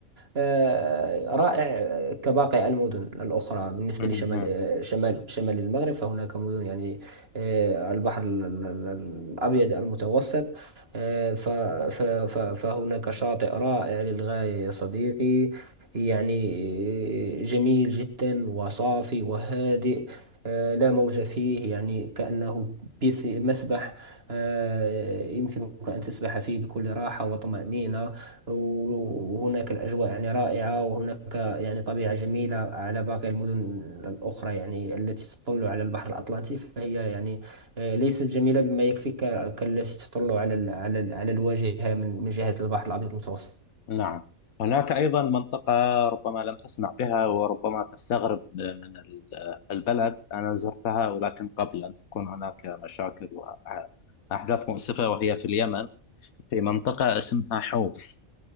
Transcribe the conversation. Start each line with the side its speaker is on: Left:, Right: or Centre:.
Right: آه، رائع كباقي المدن الأخرى بالنسبة
Left: نعم
Right: لشمال آه، شمال شمال المغرب فهناك مدن يعني آه، البحر ال- ال- ال- الأبيض المتوسط آه، ف- ف- ف- فهناك شاطئ رائع للغاية يا صديقي يعني جميل جدا وصافي وهادئ آه، لا موج فيه يعني كأنه بيس مسبح آه، يمكنك أن تسبح فيه بكل راحة وطمأنينة وهناك الأجواء يعني رائعة وهناك يعني طبيعة جميلة على باقي المدن الأخرى يعني التي تطل على البحر الأطلنطي فهي يعني آه، ليست جميلة بما يكفي ك- كالتي تطل على ال على ال على الواجهة من من جهة البحر الأبيض المتوسط
Left: نعم هناك أيضا منطقة ربما لم تسمع بها وربما تستغرب من ال- البلد أنا زرتها ولكن قبل أن تكون هناك مشاكل وأحداث مؤسفة وهي في اليمن في منطقة اسمها حوف